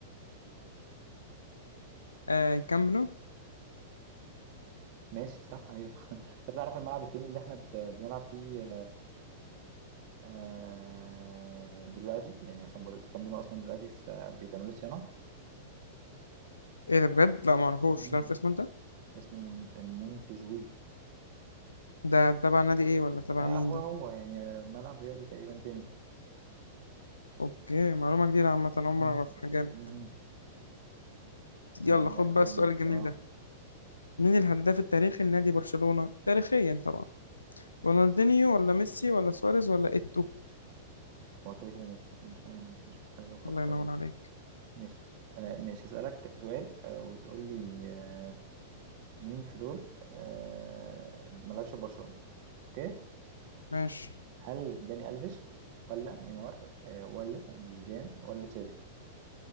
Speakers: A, on the left (about 75°); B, on the right (about 45°).
A: آه كامب نو
B: ماشي صح ايوه <laughs> انت بتعرف الملعب التاني اللي احنا ب- بنلعب فيه آه، دلوقتي يعني عشان بر- الكامب نو اصلا دلوقتي في آه، بيتعملوا صيانة
A: ايه ده بجد لا معرفوش
B: مم.
A: تعرف اسمه انت
B: اسمه مونت- مونتجوي
A: ده تبع نادي ايه ولا تبع
B: لا
A: مين
B: هو
A: ده
B: هو يعني آه، ملعب رياضي تقريبا تاني
A: اوكي معلومة جديدة عامة عمري
B: مم.
A: ما اعرفها جامد
B: مم.
A: يلا
B: آه،
A: خد بقى
B: ماشي
A: السؤال الجميل
B: اه
A: ده مين الهداف التاريخي لنادي برشلونة تاريخيا طبعا رونالدينيو ولا ميسي ولا سواريز ولا ايتو
B: هو كده كده ميسي انت فاهم انا مش مش محتاج افكر
A: الله ينور
B: يعني
A: عليك
B: ماشي آه ماشي هسألك سؤال آه وتقول لي آه مين في دول آه ما لعبش في برشلونة اوكي
A: ماشي
B: هل داني الفيش ولا نيمار آه ولا زيدان ولا تشافي